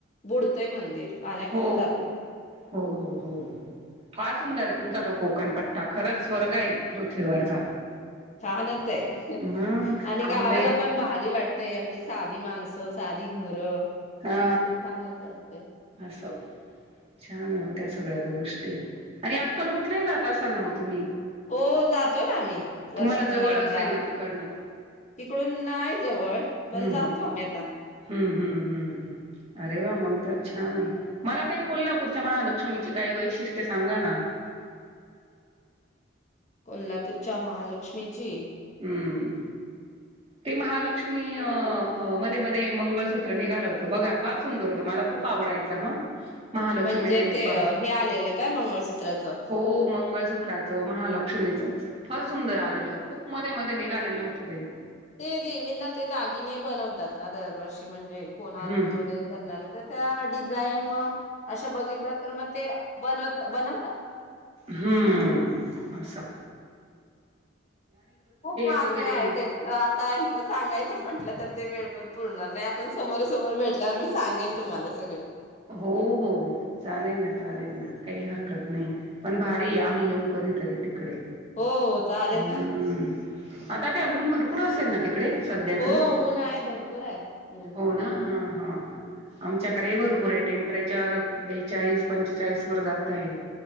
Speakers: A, on the left; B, on the right.
A: बुडतंय मंदिर. पाण्याखाली
B: हो,
A: जाते
B: हो हो हो फार सुंदरय तुमचा तो कोकणप ट्टा खरच स्वर्गय पृथ्वीवरचा.
A: छानचय <unintelligible>
B: मग
A: आणि
B: आंबे
A: गावाला पण भारी वाटतय आपली संस् साधी माणसं, साधी घरं.
B: हा
A: ते छानच <unintelligible> तय.
B: असं छान होत्या सगळ्याच गोष्टी, आणि अक्कलकोटलाही जात असाल ना मग तुम्ही?
A: हो जातो ना आम्ही, वर्षातून
B: तुम्हाला जवळ
A: एकदा,
B: असेल ना तिकडनं
A: इकडून नाही जवळ पण
B: हम्म
A: जातो
B: हम्म
A: आम्ही आता
B: हम्म हम्म हम्म हम्म अरे वा! मंग तर छानय, मला काही कोल्हापूरच्या महालक्ष्मीची काही वैशिष्ट्य सांगा ना.
A: कोल्हापूरच्या महालक्ष्मीची?
B: हम्म, ते महालक्ष्मी अ मध्ये मध्ये मंगळसूत्र निघालं होतं बघा, फार सुंदर होतं मला खूप आवडायचं हा. महालक्ष्मी
A: म्हणजे
B: टेम्पल
A: ते हे आलेलं काय मंगळसूत्राचं
B: हो, मंगळसूत्राच महालक्ष्मीचच. फार सुंदर आलेल. खूप मधे - मधे निघालेलं होतं ते.
A: ते देवींना ते दागिने बनवतात ना, दरवर्षी म्हणजे कोण अर्पण
B: हम्म
A: वगैरे करणार तर त्या जाईन मग, अशा बघितला तर मग ते बनवत बन
B: हम्.
A: खूप महात्म्या
B: वगैरे
A: आहे त्यांच आता तर सांगायचं म्हटलं तर ते वेळ पण पुरणार नाही आपण समोर समोर भेटल्यावर मी सांगेन तुम्हाला सगळ.
B: हो हो चालेल ना चालेल ना. काही हरकत नाही पण भारी आम्ही येऊ कधीतरी तिकडे.
A: हो हो चालेल
B: हम्म
A: ना.
B: आता काय ऊन भरपूर असेल ना तिकडे. सध्या
A: हो
B: तरी
A: ऊन आहे भरपूर आहे, ऊन.
B: हो ना हा हा हा आमच्याकडे पुरे टेम्परेचर बेचाळीस पंचेचाळीस वर जातय.